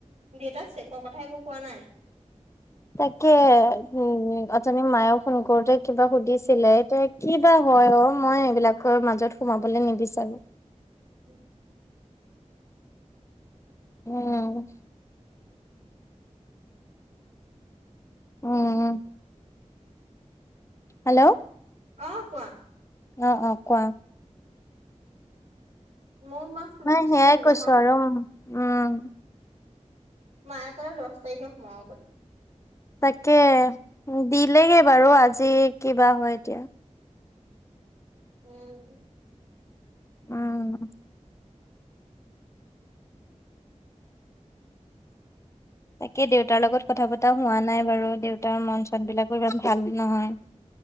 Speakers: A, on the right; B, on the left.
A: দেউতাৰ চেকৰ কথা একো কোৱা নাই।
B: তাকে উম, অথনি মায়ে ফোন কৰোতে কিবা সুধিছিলে তাইক। কি বা হয় অহ, মই এইবিলাকৰ মাজত সোমাবলৈ নিবিচাৰোঁ।
A: উম।
B: উম। উম। হেল্ল'।
A: অহ, কোৱা?
B: অহ', অহ' কোৱা?
A: <unintelligible>
B: মানে সেয়াই
A: সেইদিনাখন
B: কৈছোঁ আৰু উম।
A: মায়ে কয় দহ তাৰিখে সোমাব বুলি।
B: তাকে দিলেগে বাৰু আজি কিবা হয় এতিয়া।
A: উম।
B: উম। তাকে দেউতাৰ লগত কথা পতা হোৱা নাই বাৰু। দেউতাৰ মন-চনবিলাকো ইমান ভাল নহয়। <inaudible>